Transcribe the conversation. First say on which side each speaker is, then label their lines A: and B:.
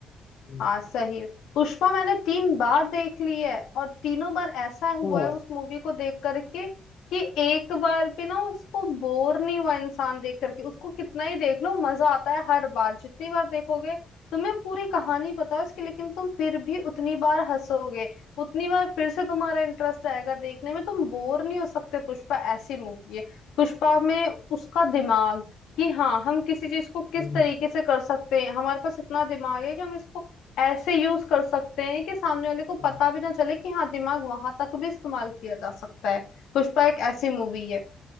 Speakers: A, on the left; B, on the left.
A: मूवी
B: हाँ सही पुष्पा मैंने तीन बार देख ली है और तीनों बार ऐसा
A: अच्छा
B: हुआ है उस मूवी को देख करके कि एक बार भी ना उसको बोर नहीं हुआ इंसान देख करके उसको कितना ही देख लो मजा आता है हर बार जितनी बार देखोगे तुम्हें पूरी कहानी पता है उसकी लेकिन तुम फिर भी उतनी बार हंसोगे उतनी बार फिर से तुम्हारा इंटरेस्ट आएगा देखने में तुम बोर नहीं हो सकते पुष्पा ऐसी मूवी है पुष्पा में उसका दिमाग कि हाँ हम किसी चीज को किस
A: हम्म,
B: तरीके से कर सकते हैं हमारे पास इतना दिमाग है कि हम इसको ऐसे यूज कर सकते हैं कि सामने वाले को पता
A: हम्म।
B: भी ना चले कि हाँ दिमाग वहां तक भी इस्तेमाल किया जा सकता है पुष्पा एक ऐसी मूवी है